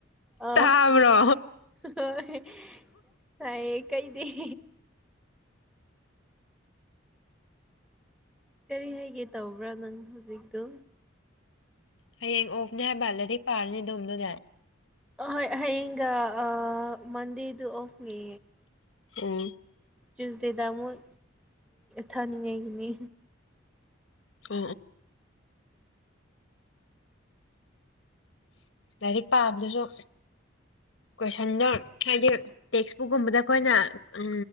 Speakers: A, in the centre; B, on the left.
A: ꯑ
B: ꯇꯥꯕ꯭ꯔꯣ
A: ꯍꯣꯏ ꯇꯥꯏꯌꯦ ꯀꯩꯗ <inaudible> ꯀꯔꯤ ꯍꯥꯏꯒꯦ ꯇꯧꯕ꯭ꯔꯥ ꯅꯪ ꯍꯧꯖꯤꯛꯇꯣ
B: ꯍꯌꯦꯡ ꯑꯣꯐꯅꯦ ꯍꯥꯏꯕ ꯂꯥꯏꯔꯤꯛ ꯄꯥꯔꯅꯤ ꯑꯗꯣꯝꯗꯣ ꯌꯥꯏ
A: ꯍ ꯍꯒ ꯑ ꯃꯗꯦ ꯑꯗꯨ ꯑꯣꯐ ꯃꯦ
B: ꯎꯝ
A: ꯆꯨꯁꯗꯦꯗ ꯑꯃꯨꯛ ꯊꯥꯅꯤꯡꯉꯥꯏꯒꯤꯅꯤ
B: ꯀ ꯂꯥꯏꯔꯤꯛ ꯄꯥꯕꯗꯨꯁꯨ ꯀꯣꯏꯁꯟꯗꯣ ꯍꯥꯏꯗꯤ ꯇꯦꯛꯁꯕꯨꯛꯀꯨꯝꯕꯗ ꯑꯩꯈꯣꯏꯅ ꯎ